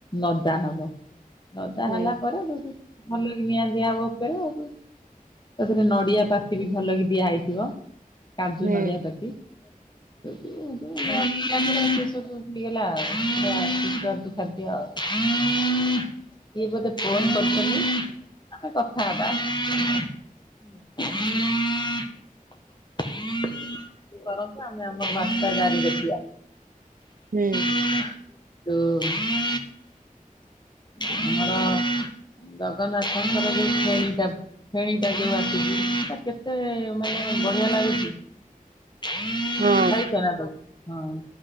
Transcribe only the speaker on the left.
ନଦା ହବ ନଦା
ହେଲା ପରେ ସେଉଟୁ ଭଲ କି ନିଆଁ ଦିଆହବ ଉପରେ ହଉଠୁ ତାଧିଅରେ ନଡିଆ ପାତି ବି ଭଲ କି ଦିଆହଇଥିବ। କାଜୁ
ନଡିଆ ପାତି ସଉଠୁ ସୌଟୁ। <unintelligible> ସଉଟୁ ଭୁଲି ଗଲା ଆଉୁ <inaudible> ସୁସାଦୁ ଖାଦ୍ୟ ଆଉ <unintelligible> ଇଏ ବୋଧେ ଫୋନ୍ କରିଛନ୍ତି? ଆମେ କଥା ହେବା। <unintelligible> <unintelligible> କରନ୍ତୁ ଆମେ ଆମର ବାର୍ତ୍ତା ଜାରି ରଖିବା।
<unintelligible> ଉଁ ହୁଁ ଆମର ଜଗନ୍ନାଥଙ୍କର ଜଉ <inaudible> ଫେଣି ଟା ଯୋଉ ଆସିଛି ସେ କେତେ ମାନେ ବଢିଆ ଲାଗୁଛି। <inaudible> ଖାଇଛ
ନା ହଁ।